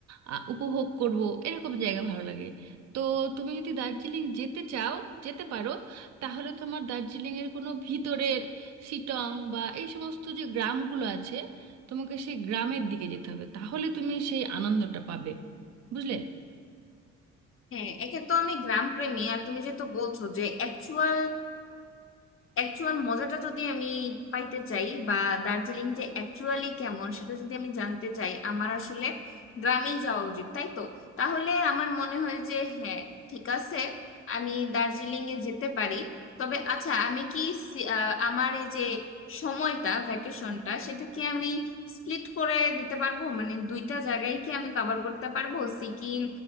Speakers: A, on the right; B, on the left.
A: আহ, উপভোগ করব এরকম জায়গা ভালো লাগে তো তুমি যদি দার্জিলিং যেতে চাও যেতে পারো তাহলে তোমার দার্জিলিংয়ের কোনো ভিতরের সিটং বা এই সমস্ত যে গ্রামগুলো আছে তোমাকে সেই গ্রামের দিকে যেতে হবে তাহলে তুমি সেই আনন্দটা পাবে বুঝলে
B: হ্যাঁ একে তো আমি গ্রাম প্রেমী আর তুমি যেহেতু বলছো যে অ্যাকচুয়াল অ্যাকচুয়াল মজাটা যদি আমি পাইতে চাই বা দার্জিলিং যে অ্যাকচুয়ালি কেমন সেটা যদি আমি জানতে চাই আমার আসলে গ্রামেই যাওয়া উচিত তাই তো তাহলে আমার মনে হয় যে হ্যাঁ ঠিক আছে আমি দার্জিলিং এ যেতে পারি তবে আচ্ছা আমি কি সি- আহ, আমার এই যে সময়টা ভ্যাকেশনটা সেটা কি আমি স্প্লিট করে দিতে পারবো মানে দুইটা জায়গায় কি আমি কভার করতে পারবো সিকিম